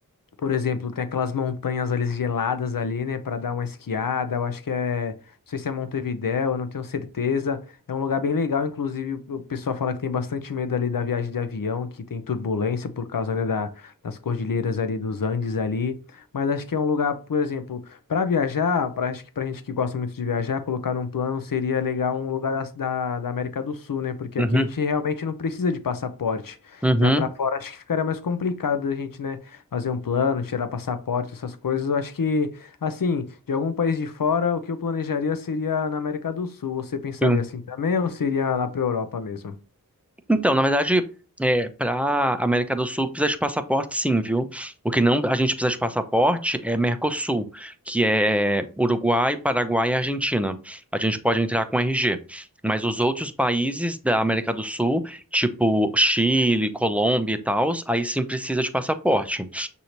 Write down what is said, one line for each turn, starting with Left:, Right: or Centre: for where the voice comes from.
Left: por exemplo, tem aquelas montanhas ali geladas ali, né, para dar uma esquiada. Eu acho que é, não sei se é Montevidéu, eu não tenho certeza. É um lugar bem legal, inclusive o o pessoal fala que tem bastante medo ali da viagem de avião, que tem turbulência por causa, né, da- das cordilheiras ali dos Andes ali. Mas acho que é um lugar, por exemplo, para viajar, para acho que pra gente que gosta muito de viajar, colocar num plano seria legal um lugar da, da da América do Sul, né? Porque
Centre: uhum,
Left: aqui a gente realmente não precisa de passaporte.
Centre: uhum,
Left: Já para fora acho que ficaria mais complicado a gente, né? fazer um plano, tirar passaporte, essas coisas. Eu acho que, assim, de algum país de fora, o que eu planejaria seria na América do Sul. Você pensaria
Centre: uhum.
Left: assim também ou seria lá para a Europa mesmo?
Centre: Então, na verdade, é, para América do Sul precisa de passaporte, sim, viu? O que não a gente precisa de passaporte é Mercosul, que é Uruguai, Paraguai e Argentina. A gente pode entrar com RG. Mas os outros países da América do Sul, tipo Chile, Colômbia e tal, aí sim precisa de passaporte.